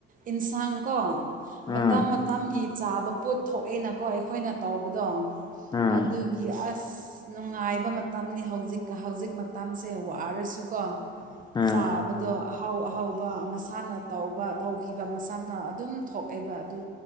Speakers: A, on the right; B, on the left.
A: ꯏꯟꯁꯥꯡ ꯀꯣ
B: ꯎꯝ
A: ꯃꯇꯝ ꯃꯇꯝꯒꯤ ꯆꯥꯕ ꯄꯣꯠ ꯊꯣꯛꯑꯦꯅꯀꯣ ꯑꯩꯈꯣꯏꯅ ꯇꯧꯕꯗꯣ
B: ꯎꯝ
A: ꯑꯗꯨꯒꯤ ꯑꯁ ꯑꯁ ꯅꯨꯡꯉꯥꯏꯕ ꯃꯇꯝꯅꯤ ꯍꯧꯖꯤꯛꯀ ꯍꯧꯖꯤꯛ ꯃꯇꯝꯁꯦ ꯋꯥꯔꯁꯨꯀꯣ
B: ꯎꯝ
A: ꯆꯥꯕꯗꯣ ꯑꯍꯥꯎ ꯑꯍꯥꯎꯕ ꯃꯁꯥꯅ ꯇꯧꯕ ꯇꯧꯈꯤꯕ ꯃꯁꯥꯅ ꯑꯗꯨꯝ ꯊꯣꯛꯑꯦꯕ ꯑꯗꯨ